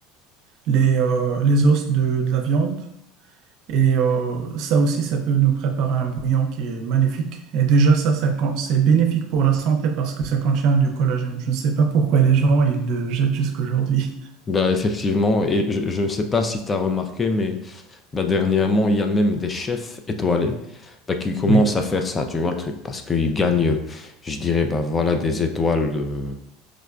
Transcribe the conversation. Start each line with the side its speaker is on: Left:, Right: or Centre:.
Right: les, euh, les os de, de la viande. Et euh, ça aussi, ça peut nous préparer un bouillon qui est magnifique. Et déjà, ça, ça con- c'est bénéfique pour la santé parce que ça contient du collagène. Je ne sais pas pourquoi les gens, ils le jettent jusqu'aujourd'hui. <laughs>
Left: Bah, effectivement, et je je ne sais pas si tu as remarqué, mais bah, dernièrement, il y a même des chefs étoilés bah, qui commencent
Right: Oui,
Left: à faire ça, tu vois le truc, parce qu'ils gagnent, euh, je dirais, bah, voilà, des étoiles